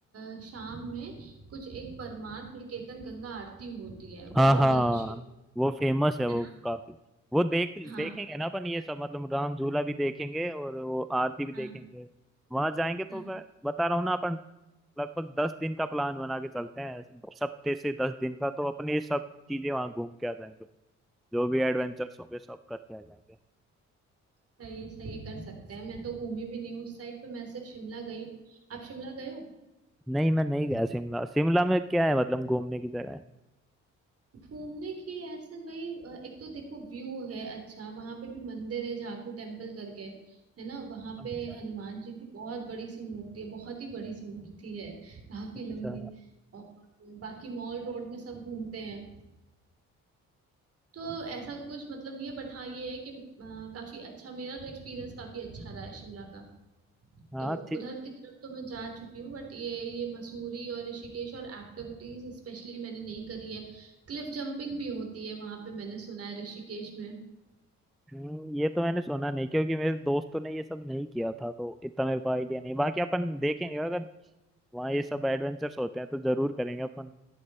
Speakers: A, on the right; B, in the centre.
A: अ, शाम में कुछ एक परमार्थ निकेतन गंगा आरती होती है वो
B: हाँ हाँ
A: बहुत अच्छी
B: वो फेमस है
A: है
B: वो
A: ना
B: काफी वो देख
A: हाँ
B: देखेंगे ना अपन ये सब मतलब राम झूला भी देखेंगे और वो आरती भी देखेंगे
A: हाँ
B: वहां जाएंगे तो
A: हाँ
B: मैं बता रहा हूँ ना अपन लगभग दस दिन का प्लान बना के चलते हैं सप्ते से दस दिन का तो अपन ये सब चीजें वहां घूम के आ जाएंगे जो भी एडवेंचर्स होंगे सब करके आ जाएंगे
A: सही है सही है कर सकते हैं मैं तो घूमी भी नहीं हूँ उस साइड पे मैं सिर्फ शिमला गई हूँ आप शिमला गए हो
B: नहीं मैं नहीं गया शिमला शिमला में क्या है मतलब घूमने की जगह है
A: घूमने की ऐसे वही अ, एक तो देखो व्यू है अच्छा वहां पे भी मंदिर है झाकू टेम्पल करके है ना वहां
B: अच्छा
A: पे हनुमान जी की बहुत बड़ी सी मूर्ति है बहुत ही बड़ी सी मूर्ति है काफी
B: अच्छा
A: लंबी और बाकी मॉल रोड में सब घूमते हैं तो ऐसा कुछ मतलब नहीं है बट हाँ ये है कि अ, काफी अच्छा मेरा तो एक्सपीरियंस काफी अच्छा रहा है शिमला का
B: हाँ
A: तो उधर की तरफ तो मैं जा चुकी हूँ बट ये ये मसूरी और ऋषिकेश और एक्टिविटीज स्पेशली मैंने नहीं करी है क्लिफ जंपिंग भी होती है वहां पे मैंने सुना है ऋषिकेश में
B: हम्म, ये तो मैंने सुना नहीं क्योंकि मेरे दोस्तों ने ये सब नहीं किया था तो इतना मेरे को आइडिया नहीं बाकी अपन देखेंगे अगर वहाँ ये सब एडवेंचर्स होते हैं तो जरूर करेंगे अपन